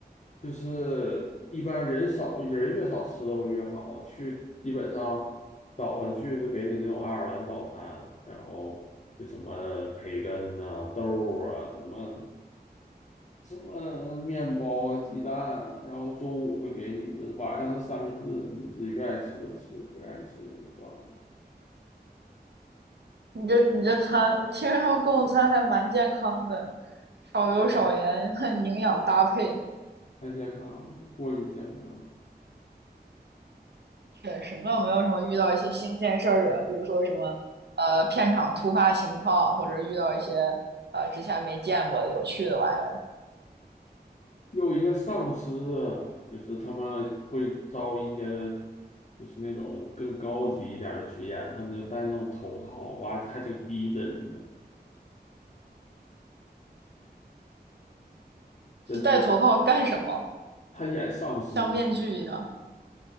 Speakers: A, on the left (about 45°); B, on the right (about 80°).
A: 就是一般人少，人越少吃的会越好。去基本上早上去就给你那种爱尔兰早餐，然后就什么培根呐、啊豆啊、什么什么面包啊、鸡蛋啊，然后中午会给你一顿，晚上是三明治，你自己愿意吃就吃，不愿意吃就算了。
B: 你这你这餐，听说他们供的餐还蛮健康的，少油少盐，
A: 太
B: <laughs> 营养搭配。
A: 太健康了，过于健康了。
B: 确实，那有没有什么遇到一些新鲜事儿啊？比如说什么，呃，片场突发情况，或者遇到一些呃之前没见过的有趣的玩意儿？
A: 又一个丧尸啊就是他们会招一些，就是那种更高级一点儿的群演，他们就戴那种头套，哇，还挺逼真的，真的就
B: 是戴头套干什么？
A: 他演丧尸，
B: 像面具一样。